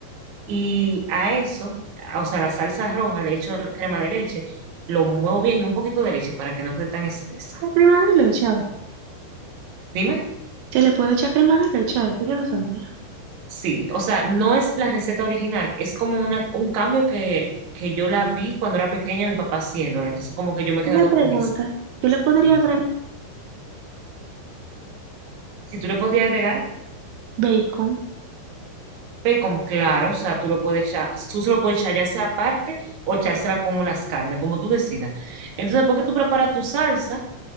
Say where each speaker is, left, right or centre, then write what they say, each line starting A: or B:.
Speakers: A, on the right; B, on the right.
A: Y a eso, a- o sea, la salsa roja le echo crema de leche, lo muevo bien y un poquito de leche para que no quede tan espesa.
B: ¿la crema de leche? ay?
A: Dime.
B: ¿Se le puede echar crema de leche? a Esto yo no sabía.
A: Sí, o sea, no es la receta original, es como una, un cambio que, que yo la vi cuando era pequeña, mi papá haciéndola, entonces como que yo me he quedado
B: Una pregunta,
A: con eso.
B: yo le podría
A: Dime.
B: agregar
A: Si tú le podías agregar
B: bacon.
A: bacon, claro, o sea, tú lo puedes echar, tú se lo puedes echar ya sea aparte o echársela con las carnes, como tú decidas. Entonces, ¿por qué tú preparas tu salsa?